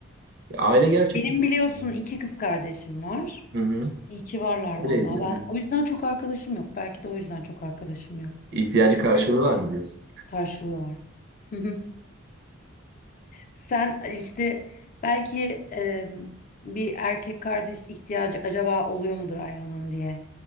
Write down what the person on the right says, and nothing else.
Ya aile gerçekten.
Hı
hı.
Öyleydi.
Evet.
İhtiyacı
karşılığı var mı diyorsun?